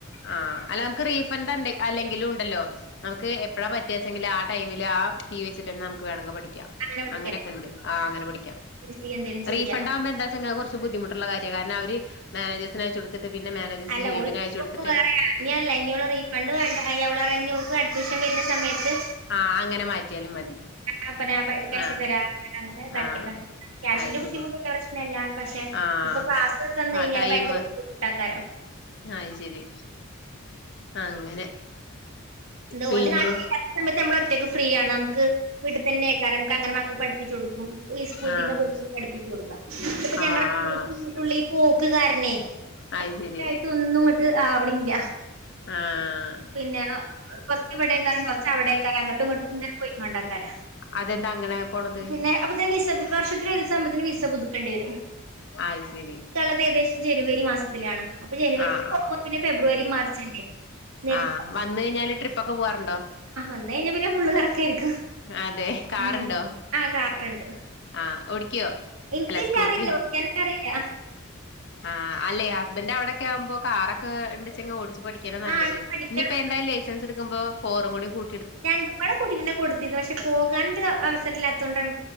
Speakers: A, on the left (about 55°); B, on the right (about 80°).
A: ആഹ അല്ല നമുക്ക് റീഫണ്ട് അല്ലെങ്കിലും ഉണ്ടല്ലോ നമുക്ക് എപ്പഴാ പറ്റ വത്യാസെങ്കിൽ ആ ൈമില് ആ ഫീ വെച്ചട്ട തന്നെ നമക്ക് വേമങ്ക പിക്കും
B: അങ്ങനെ വിളിക്കാൻ
A: അങ്ങനെയൊക്കെ ഉണ്ട് ആ അങ്ങനെ പഠിക്കാം
B: ചെയ്യ എന്തേലും ചെയ്യാ.
A: റീഫണ്ട് ആകുമ്പോ എന്താ കുറച്ച് ബുദ്ധിമുട്ടുള്ള കാര്യ ാരണം അവര് മാനേജഴ്ിന അയച്ചടുട്ട് പിെ മാനേഴസ്
B: അല്ല
A: ജി
B: ഓള്
A: എംിനെയച്ച കൊടു
B: ഓൾക്ക് വേറെ ഇനി അല്ല ഇനിോൾ റീഫണ്ട് വണ്ട അവള പറ ഇോൾക്ക് അഡ്മിഷൻ വരുന്ന സമയത്ത്
A: ആഹ അങ്ങനെ മാറ്റിയാലും മതി
B: ആെ ക്യാ്
A: ആഹ്
B: തരാ അങ്ങനെ ഇതാക്കിയതാ
A: ആഹ്
B: ക്യാഷിന്റെ
A: അത്
B: ബുദ്ധിമുട്ടുള്ള
A: ശരി
B: പ്രശ്നമല്ല പക്ഷെ
A: ആഹ്
B: ഇപ്പൊ ക്ലാസ് എടു തന്ന കഴിഞ്ഞാല്
A: ടൈമ്
B: ഭയങ്കര ബുദ്ധിമുട്ടാക്കക്കാരോ
A: ആ ശരി അങ്ങനെ
B: ന്തോ
A: പിന്നെ
B: നമ്മള ഒറ്റ ഫ്രീ ആണ് നമുക്ക്ീട്ട തന്നെ കേക്കാറ നമുക്ക് അങ്ങനെ മക്കെ പഠിപ്പിച്ചുടുക്ക സ്കൂളത്തിന്റെ
A: ആഹ്
B: കൊ പഠപ്പിച്ചച്ച് കൊടുക്കാം പ്പ ഞങ്ങീട്ടുള്ളിൽ
A: ആഹ് ആഹ്
B: പോ നക്ക കാരണേ
A: അത് ശരി
B: കറക്ായിട്ട ഒന്നും ഇങ്ങോട്ട് ആവണല്ല
A: ആഹ്
B: പിന്നെ കൊറച്ച ഇവിടക്കാറും കൊറച്ച അവിടക്കാരൊംങ്ങട്ട ഒ പോയിണ്ടക്കാര
A: അതെന്താ അങ്ങനെ പോണത്
B: പിന്നെ അ വർഷത്തിന് ഒരു സംമ്പത്തിന് വിസ പുതുക്കേണ്ടി വരും
A: ആയി ശരി
B: കളത് ഏകദേശം ജനുവരി മാസത്തിലാണ് അപ്പൊ ജനുവരി
A: ആഹ്
B: പോകുമ്പോൾ പിന്നെ ഫെബ്രുവരി മാർച്ച് അല്ലേ നേരത്തെ
A: ആഹ വന്ന കഴിഞ്ഞാല് ട്രിപ്പ ഒക്കെ പോവാറുണ്ടോ
B: വന്ന കഴിഞ്ഞ പിന്നെ ഫുള്ള് കറക്ക ആയിരിക്കും
A: അതെ കാറുണ്ടോ
B: ഉ ആ കാറുണ്ട്
A: ആഹ് ഓടിക്കോ അല്ല
B: എനിക്കില്ല
A: സ്കൂട്ടി
B: അറിയില്ല ഓടിക്കാനേ അറിയില്ല
A: ആ അല്ലെ ഹസ്ബൻഡ് അവിടെൊക്കെ ആവുമ്പോ കാറൊക്കെ എണ്ട ഓിച്ചച്ച് പഠിക്കാന നല്ലത്
B: ആ ഞാൻ പഠിക്കണം
A: ഇനിയിപ്പൊ എന്തായും ലൈസൻസ് എടുക്കുമോ ഫോറും കൂടി കൂട്ട
B: രണ്ടപളം കുടിക്കെ കൊടുത്തിത് പക്ഷെ പോകാണ്ട് അവസരം ഇല്ലാത്ത കൊണ്ടാണ്